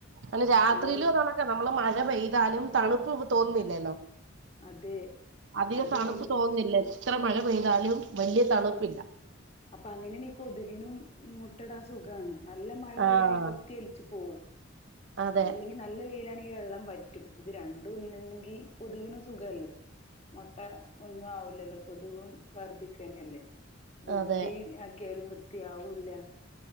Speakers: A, on the right; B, on the left.
A: അ രാത്രിയിലോ
B: രണ്ടും
A: നണക്കെ നമ്മള് മഴ പെയ്താലും തണുപ്പ് തോന്നുന്നില്ലല്ലോ
B: അതെ
A: അധികം
B: അത്
A: തണുപ്പ്
B: പിൻ
A: തോന്നുന്നില്ല എത്ര മഴ പെയ്താലും വലിയ തണുപ്പില്ല
B: ആ അപ്പൊ അങ്ങനെയണ് കൊതുകിനും മുട്ടട സുഖമാണ് നല്ല മഴ പെയ്യാണെങ്കിൽ
A: ആഹ്
B: കുത്തിയൊലിച്ചു പോവും
A: അതെ
B: അല്ലെങ്കിൽ നല്ല വെയിലാണെ വെള്ളം പറ്റും ഇത് രണ്ടും ഇല്ലണ്ടെങ്കിൽ കൊതുവിനു സുഖല്ലേ മുട്ട ഒന്നും ആവില്ലല്ലോ പൊതുവും വർദ്ധി കന്നല്ലേ വൃത്തി
A: അതെ
B: ആക്കിയാലും വൃത്തിയാവൂല്ല